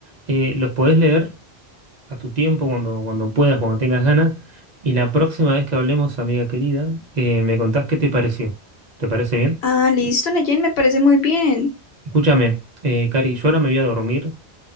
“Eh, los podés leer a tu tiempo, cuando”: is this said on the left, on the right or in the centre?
Right